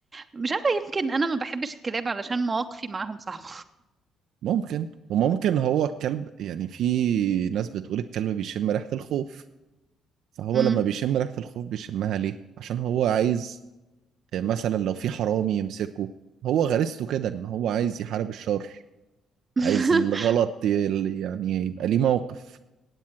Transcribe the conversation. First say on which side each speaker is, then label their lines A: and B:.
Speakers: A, on the right; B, on the right.
A: مش عارفه يمكن انا ما بحبش الكلاب علشان مواقفي معاهم صعبه
B: ممكن وممكن هو الكلب يعني في ناس بتقول الكلب بيشم ريحه الخوف فهو
A: امم
B: لما بيشم ريحة الخوف بيشمها ليه؟ عشان هو عايز آه، مثلا لو في حرامي يمسكه هو غريزته كده ان هو عايز يحارب الشر
A: <laughs>
B: عايز الغلط ي- يعني يبقى ليه موقف